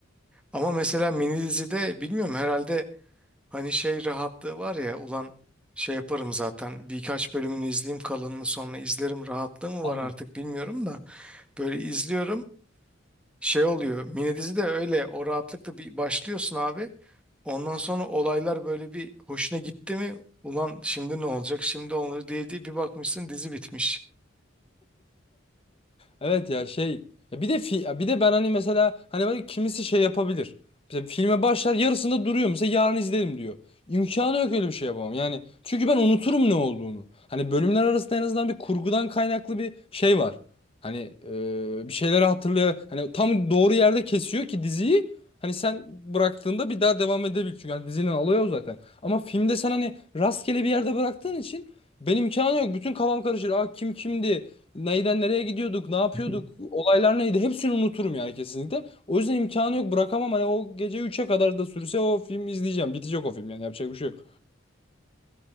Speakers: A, in the centre; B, on the left.
A: Ama mesela mini dizide bilmiyorum herhalde Hani şey rahatlığı var ya ulan şey yaparım zaten birkaç bölümünü izleyeyim kalanını sonra izlerim rahatlığı mı
B: aynen.
A: var artık bilmiyorum da böyle izliyorum şey oluyor mini dizi de öyle o rahatlıkla bir başlıyorsun abi ondan sonra olaylar böyle bir hoşuna gitti mi ulan şimdi ne olacak şimdi olur diye diye bir bakmışsın dizi bitmiş.
B: Evet ya şey ya bir de fi- bir de ben hani mesela hani böyle kimisi şey yapabilir. Mesela filme başlar yarısında duruyor mesela yarın izlerim diyor. İmkanı yok öyle bir şey yapamam. Yani çünkü ben unuturum ne olduğunu. Hani bölümler arasında en azından bir kurgudan kaynaklı bir şey var. Hani e, bir şeyleri hatırlıyor. Hani tam doğru yerde kesiyor ki diziyi. Hani sen bıraktığında bir daha devam edebil. Çünkü hani dizinin olayı o zaten. Ama filmde sen hani rastgele bir yerde bıraktığın için benim imkanı yok. Bütün kafam karışır. Aa kim kimdi? Neyden nereye gidiyorduk, ne yapıyorduk,
A: <laughs>
B: olaylar neydi hepsini unuturum yani kesinlikle. O yüzden imkanı yok bırakamam hani o gece üçe kadar da sürse o filmi izleyeceğim. Bitecek o film yani yapacak bir şey yok.